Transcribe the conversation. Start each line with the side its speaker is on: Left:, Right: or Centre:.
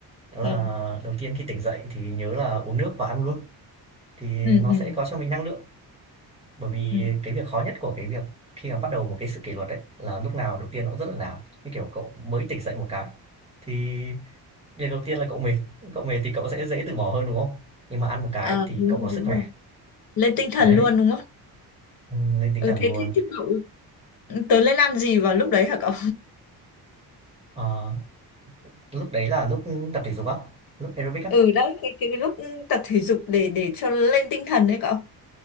Right: Đó là
Left: Ừ.
Right: đầu tiên khi tỉnh dậy thì nhớ là uống nước và ăn luôn, thì
Left: ừ
Right: nó
Left: ừ
Right: sẽ có cho mình năng lượng. Bởi vì
Left: ừ
Right: cái việc khó nhất của cái việc khi mà bắt đầu một cái sự kỷ luật ấy, là lúc nào đầu tiên nó cũng rất là nản. Như kiểu cậu mới tỉnh dậy một cái, thì điều đầu tiên là cậu mệt, cậu mệt thì cậu sẽ dễ từ bỏ hơn, đúng không? Nhưng mà ăn một cái
Left: à,
Right: thì
Left: đúng
Right: cậu
Left: rồi
Right: có sức
Left: đúng
Right: khỏe,
Left: rồi lên tinh thần
Right: đấy,
Left: luôn đúng không
Right: ừm, lên tinh
Left: ừ
Right: thần luôn.
Left: thế thế thế cậu ừ, tớ lên ăn gì vào lúc đấy hả cậu
Right: Ờ, lúc đấy là lúc tập thể dục á, lúc aerobic á.
Left: ừ đấy cái, cái, cái lúc tập thể dục để để cho lên tinh thần đấy cậu